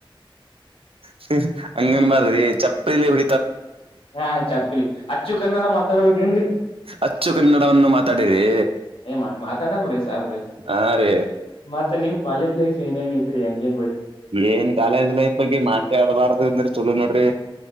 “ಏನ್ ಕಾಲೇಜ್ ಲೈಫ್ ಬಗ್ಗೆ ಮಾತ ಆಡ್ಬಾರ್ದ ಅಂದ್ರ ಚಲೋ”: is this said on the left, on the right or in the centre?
Right